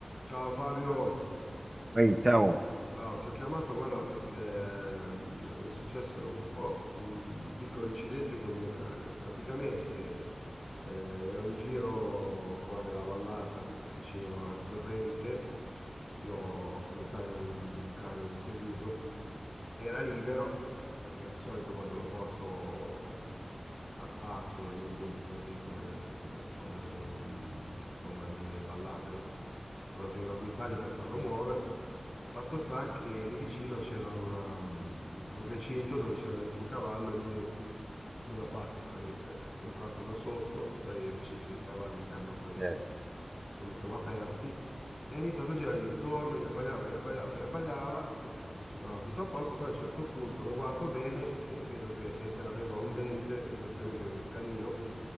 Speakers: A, on the left (about 60°); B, on the right (about 30°).
A: Ciao Fabio,
B: Ehi, ciao.
A: Ciao, ti ho chiamato, guarda, perché mm, è successo un po' un piccolo incidente col mio cane. Praticamente eh, ero in giro qua nella vallata vicino al torrente. Io, come sai, ho un cane, un segugio. Era libero, perché di solito quando lo porto a spasso in ambienti così come, come, mm, insomma nelle vallate non non lo tengo al guinzaglio per farlo muovere. Fatto sta che lì vicino c'era una, mm, un recinto dove c'era dentro un cavallo e lui cosa ha fatto? È, è entrato da sotto, sai, i recinti dei cavalli che hanno quelle,
B: Eh,
A: insomma, sono aperti e ha iniziato a girargli intorno, gli abbaiava, gli abbaiava, gli abbaiava e eh, sembrava tutto a posto. Poi a un certo punto lo guardo bene e vedo che eh, <laughs> aveva un dente, esattamente un canino,